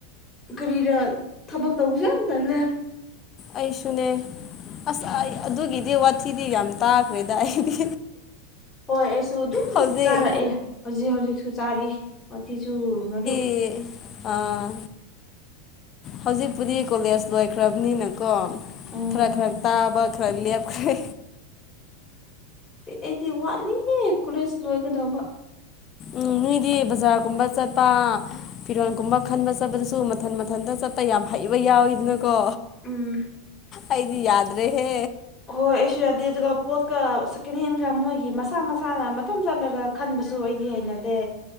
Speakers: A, on the left; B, on the left.
A: ꯀꯔꯤꯔ ꯊꯕꯛ ꯇꯧꯕꯁꯨ ꯌꯥꯝ ꯇꯜꯂꯦ
B: ꯑꯩꯁꯨꯅꯦ ꯑꯁ ꯑꯗꯨꯒꯤꯗꯤ ꯋꯥꯊꯤꯗꯤ ꯌꯥꯝ ꯇꯥꯈ꯭ꯔꯦꯗꯥ ꯑꯩꯗꯤ
A: ꯍꯣꯏ ꯑꯩꯁꯨ ꯑꯗꯨꯝ
B: ꯍꯧꯖꯤꯛ
A: ꯆꯥꯔꯛꯑꯦ ꯍꯧꯖꯤꯛ ꯍꯧꯖꯤꯛꯁꯨ ꯆꯥꯔꯤ ꯋꯥꯊꯤꯁꯨ ꯃꯔꯨꯞ
B: ꯑꯦ ꯑꯥ ꯍꯧꯖꯤꯛꯄꯨꯗꯤ ꯀꯣꯂꯦꯖ ꯂꯣꯏꯈ꯭ꯔꯕꯅꯤꯅꯀꯣ
A: ꯎꯝ
B: ꯈꯔꯥ ꯈꯔꯥ ꯇꯥꯕꯥ ꯈꯔꯥ ꯂꯦꯞꯈ꯭ꯔꯦ
A: ꯑꯩꯗꯤ ꯋꯥꯠꯂꯤ ꯀꯣꯂꯦꯖ ꯂꯣꯏꯒꯗꯧꯕ
B: ꯎꯝ ꯅꯣꯏꯗꯤ ꯕꯖꯥꯔꯒꯨꯝꯕ ꯆꯠꯄ ꯐꯤꯔꯣꯜꯒꯨꯝꯕ ꯈꯟꯕ ꯆꯠꯄꯗꯁꯨ ꯃꯊꯟ ꯃꯊꯟꯇ ꯆꯠꯄ ꯌꯥꯝ ꯍꯩꯕ ꯌꯥꯎꯋꯤꯗꯅ ꯀꯣ
A: ꯎꯝ
B: ꯑꯩꯗꯤ ꯌꯥꯗ꯭ꯔꯦꯍꯦ
A: ꯍꯣꯏ ꯑꯩꯁꯨ ꯌꯥꯗꯦ ꯑꯗꯨꯒ ꯄꯣꯠꯀ ꯁꯦꯀꯦꯟ ꯍꯦꯟꯒ ꯃꯣꯏꯒꯤ ꯃꯁꯥ ꯃꯁꯥꯅ ꯃꯇꯣꯝ ꯆꯠꯂꯒ ꯈꯟꯕꯁꯨ ꯑꯩꯗꯤ ꯍꯩꯅꯗꯦ